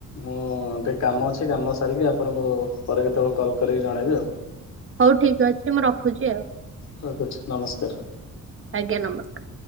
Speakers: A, on the left; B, on the right.
A: ମୁଁ ଟିକେ କାମ ଅଛି କାମ ସାରିକି ଆପଣଙ୍କୁ ପରେ କେତେବେଳେ କଲ୍ କରିକି ଜଣେଇବି ଆଉ।
B: ହଉ ଠିକ ଅଛି ମୁଁ ରଖୁଚି ଆଉ।
A: ହ କୁଞ୍ଚ୍ ନମସ୍କାର।
B: ଆଜ୍ଞା ନମସ୍କାର।